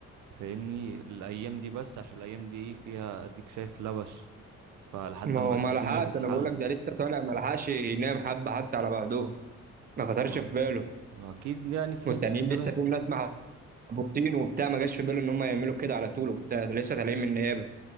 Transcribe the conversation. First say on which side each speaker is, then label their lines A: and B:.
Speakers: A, on the right (about 75°); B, on the right (about 30°).
A: فاهمني الايام دي بس عشان الايام دي ايه فيها اديك شايف لبش فلحد
B: ما
A: ما
B: هو ما
A: الدنيا
B: لحقش
A: تتحل
B: انا بقول لك ده لسه طالع ما لحقش ينام حبة حتى على بعضهم ما خطرش
A: و...
B: في باله
A: واكيد يعني في
B: والتانيين
A: ناس شغالة
B: لسه فيهم ناس محبوسين وبتاع ما جاش في باله ان هم يعملوا كده على طول وبتاع ده لسه طالعين من النيابه